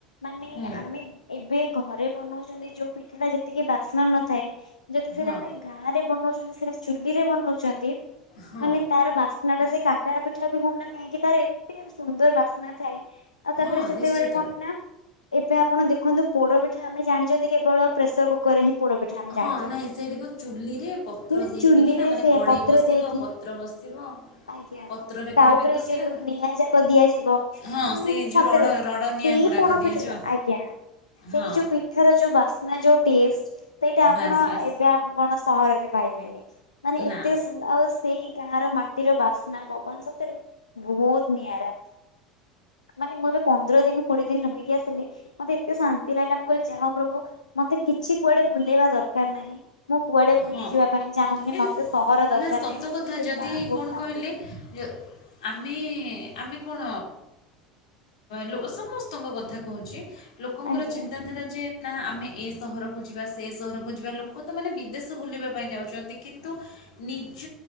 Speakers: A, on the left; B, on the left.
A: ମାନେ
B: ହୁଁ
A: ଆମେ ଏବେ ଘରେ ବନଉଛନ୍ତି ଯୋଉ ପିଠା ଟା ଯେତିକି ବାସ୍ନା ନଥାଏ ଯଦି ସେଟା
B: ହଁ
A: ଆମେ ଗାଁ ରେ ବନଉଛନ୍ତି। ସେଟା ଚୁଲି ରେ ବନାଉଛନ୍ତି
B: ହଁ
A: ମାନେ ତାର ବାସ୍ ନାଟା ସେ କାକାର ପିଠା ବି ହଉନା କାହିଁକି ତାର ଏ ତେ ସୁନ୍ଦର ବାସ୍ନା ଥାଏ, ଆଉ ତାପରେ
B: ହଁ
A: ସେତେବେଳେ
B: ନିଶ୍ଚିତ
A: କଣ ନା ଏବେ ଆପଣ ଦେଖନ୍ତୁ ପୋଡପିଠା ଆମେ ଜାଣିଛନ୍ତି କେବଳ ପ୍ରେସର କୁ କରରେ ହଁ ପୋଡପିଠା। ଆମେ ଜାଣିଛନ୍ତି।
B: ହଁ, ନାଇଁ ସେଟାକୁ ଚୁଲିରେ ପତ୍ର
A: କିନ୍ତୁ
B: ଦେଇକିନା
A: ଚୁଲିରେ
B: ମାନେ,
A: ସେ
B: କଡ଼େଇ
A: ପତ୍ର
B: ବସିବ,
A: ଦେଇକି
B: ପତ୍ର ବସିବ
A: ଆଜ୍ଞା
B: ପତ୍ରରେ
A: ତା
B: କରିବେ
A: ଉପରେ
B: ତ
A: ଯୋଉ
B: ସେଇଟା
A: ନିଆଁ ଯାକ ଦିଆଯିବ,
B: ହଁ
A: ମାନେ
B: ସେ
A: ସତରେ
B: ଯେଉଁ ରଡ଼ ରଡ଼ ନିଆଁ
A: ସେଇ
B: ଗୁଡ଼ାକ
A: ପୋଡ
B: ଦିଆଯିବ
A: ପିଠାଟା ଆଜ୍ଞା ସେଇ
B: ହଁ
A: ଯୋଉ ପି ପିଠାର ଯୋଉ ବାସ୍ନା ଯୋଉ ଟଷ୍ଟ ସେଇଟା ଆପଣ
B: ବାସ୍ ବାସ୍
A: ଏବେ ଆପଣ ସହରରେ ପାଇବେନି। ମାନେ
B: ନା
A: ଏତେ ଆଉ ସେଇ ଗାଁ ର ମାଟିର ବାସ୍ନା ପବନ୍ ସତରେ ବହୁତ୍ ନିଆରା। ମାନେ ମୁଁ ଏବେ ପନ୍ଦର ଦିନ କୋଡିଏ ଦିନ ରହିକି ଆସିଲି। ମତେ ଏତେ ଶାନ୍ତି ଲାଗିଲା ମୁ କହିଲି ଯାହାଉ ପ୍ରଭୁ ମତେ କିଛି କୁଆଡେ ବୁଲେଇବା ଦରକାର ନାହିଁ। ମୁଁ କୁଆଡେ ବୁଲିଯିବା
B: ହଁ
A: ପାଇଁ ଚାହୁଁନି
B: ଏ
A: ମତେ ସହର ଦରକାର
B: ନା ସତ
A: ନାହିଁ ମତେ
B: କଥା
A: ସେଇ
B: ଯଦି
A: ଗାଁ ବହୁତ
B: କଣ
A: ଶାନ୍ତି
B: କହିଲେ ଯେ ଆମେ ଆମେ କଣ ଲୋ ସମସ୍ତଙ୍କ କଥା କହୁଚି ଲୋକଙ୍କର
A: ଆଜ୍ଞା।
B: ଚିନ୍ତାଧାରା ଯେ ନା ଆମେ ଏ ସହରକୁ ଯିବା ସେ ସହରକୁ ଯିବା ଲୋକ ତ ମାନେ ବି ଦେଶ ବୁଲିବା ପାଇଁ ଯାଉଚନ୍ତି କିନ୍ତୁ ନିଜ